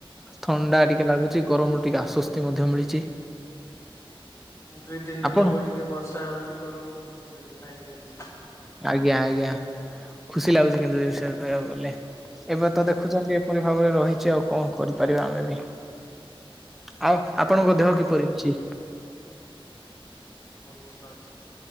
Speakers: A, in the centre; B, on the left.
A: ଥଣ୍ଡା ଟିକେ ଲାଗୁଛି ଗରମରୁ ଟିକେ ଆଶ୍ଵସ୍ତି ମଧ୍ୟ ମିଳିଛି।
B: ଦୁଇ ତିନି ଦିନି
A: ଆପଣ
B: ହବ ଟିକେ ବର୍ଷା ହଉଚି ଗରମରୁ ଟିକେ ତ୍ରାହି ମିଳିଛି।
A: ଆଜ୍ଞା ଆଜ୍ଞା। ଖୁସି ଲାଗୁଛି କିନ୍ତୁ ଏ ବିଷୟରେ କହିବାକୁ ଗଲେ, ଏବେ
B: ପାଗଟା।
A: ତ ଦେଖୁଛନ୍ତି ଏପରି ଭାବରେ ରହିଛି ଆଉ। କଣ କରିପାରିବା ଆମେ ବି, ଆଉ ଆପଣଙ୍କ
B: ଆଉ
A: ଦେହ କିପରି ଅଛି?
B: ସୁସ୍ତ ଅଛି,